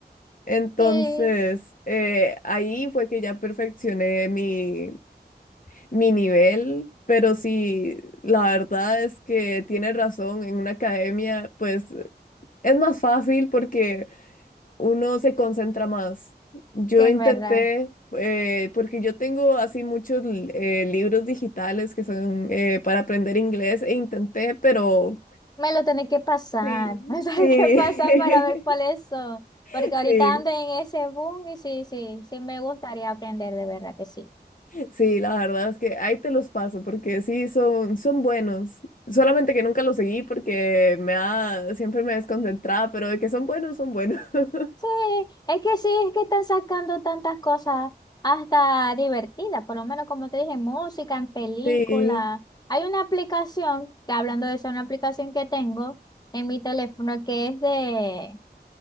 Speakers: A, on the left (about 50°); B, on the left (about 25°).
A: Entonces,
B: Sí,
A: eh, ahí fue que ya perfeccioné mi, mi nivel, pero sí, la verdad es que tiene razón, en una academia, pues... Es más fácil porque uno se concentra más. Yo
B: sí, es
A: intenté,
B: verdad.
A: eh, porque yo tengo así muchos eh, libros digitales que son eh, para aprender inglés e intenté, pero...
B: Me lo tenés que pasar,
A: Sí,
B: <laughs> me lo tenés
A: sí,
B: que pasar para ver cuáles son.
A: <laughs>
B: Porque ahorita
A: sí,
B: ando en ese boom y sí, sí, sí me gustaría aprender, de verdad que sí.
A: sí, la verdad es que ahí te los paso porque sí, son, son buenos. Solamente que nunca los seguí porque me da, siempre me desconcentraba, pero de que son buenos, son buenos. <laughs>
B: Sí, es que sí, es que están sacando tantas cosas hasta divertidas, por lo menos como te dije, música, en película.
A: Sí,
B: Hay una aplicación, que hablando de eso, una aplicación que tengo en mi teléfono que es de